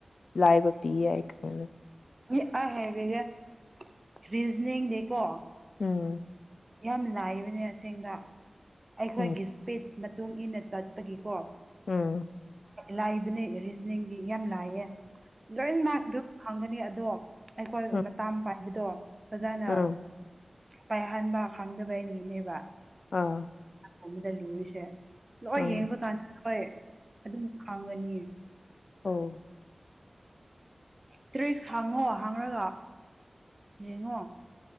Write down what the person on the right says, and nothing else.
ꯈꯣꯏꯒꯤ ꯑ ꯍꯥꯏꯔꯥꯒ ꯔꯤꯖꯅꯤꯡꯗꯤꯀꯣ
ꯌꯥꯝ ꯂꯥꯏꯕꯅꯦ ꯑꯁꯦꯡꯕ ꯑꯩꯈꯣꯏꯒꯤ
ꯁꯄꯤꯠ ꯃꯇꯨꯡ ꯏꯟꯅ ꯆꯠꯄꯒꯤꯀꯣ
ꯂꯥꯏꯕꯅꯦ ꯔꯤꯖꯅꯤꯡꯗꯤ ꯌꯥꯝ ꯂꯥꯏꯌꯦ ꯂꯣꯏ ꯃꯥꯔꯗꯣ ꯈꯪꯒꯅꯤ ꯑꯗꯣ ꯑꯩꯈꯣꯏ
ꯃꯇꯥꯝ ꯄꯥꯏꯕꯗꯣ ꯐꯥꯖꯅ
ꯄꯥꯏꯍꯟꯕ ꯈꯪꯗꯕ ꯍꯦꯟꯅꯥ ꯍꯦꯟꯅꯤꯕꯥ
ꯑꯃꯗ ꯂꯨꯔꯤꯁꯦ ꯂꯣꯏ
ꯌꯦꯡꯕ ꯀꯥꯟꯗ ꯍꯣꯏ ꯑꯗꯨꯝ ꯈꯪꯒꯅꯤ
ꯇ꯭ꯔꯦꯛꯁ ꯍꯥꯡꯉꯣ ꯍꯥꯡꯉꯒ ꯌꯦꯡꯉꯣ